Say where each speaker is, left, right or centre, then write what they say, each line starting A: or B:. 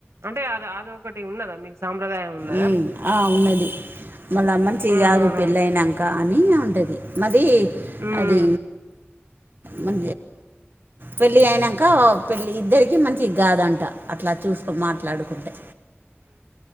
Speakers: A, on the right (about 80°); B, on the right (about 50°).
A: అంటే అది అదొ ఒకటి ఉన్నదా మీకు సాంప్రదాయం ఉన్నదా
B: ఉం ఆ ఉన్నది మళ్ళ మంచిది
A: ఆహాహా
B: కాదు పెళ్ళి అయినాక కానీ ఉండది మరి
A: ఉం
B: <unintelligible> అది మే పెళ్ళి అయినాక పెళ్ళ ఇద్దరికి మంచిగా కాదంట అట్లా చూసుకో మాట్లాడుకుంటే